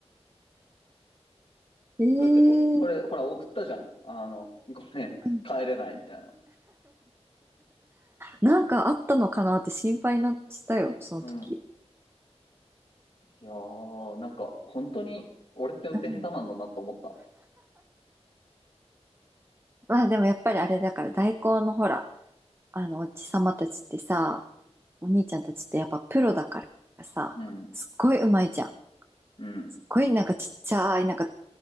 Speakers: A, on the right; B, on the left.
A: ええ
B: だって、お俺、ほら、送ったじゃん。あの、ごめん、
A: うん
B: 帰れないみたいな。
A: なんかあったのかなって心配な、したよ、その時。
B: うん。いやー、なんか、本当に、俺って運転下手なんだなと思った。
A: うんまあでもやっぱりあれだから代行のほら、あのおじさまたちってさ、お兄ちゃんたちってやっぱプロだからさ、
B: うん。
A: すっごいうまいじゃん。
B: うん。
A: すっごいなんかちっちゃい、なんか